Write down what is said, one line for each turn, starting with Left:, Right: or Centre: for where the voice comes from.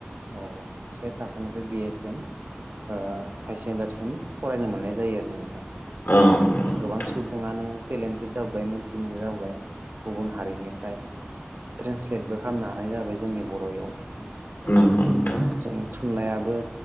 Right: औ औ से थाखोनिफ्राय बि ए सिम हायार सेकेण्डारिसिम फरायनो मोननाय जायो आरो नोंथां
Left: औ नंगौ
Right: गोबां
Left: नोंथां
Right: सुबुङानो टेलेन्टेड जाबोबाय मोनथिनाय जाबोबाय गुबुन हारिनिफ्राय ट्रेन्सलेटबो खालामनो हानाय जाबाय जोंनि बर'इओव
Left: नंगौ नोंथां
Right: जोंनि थुनलायाबो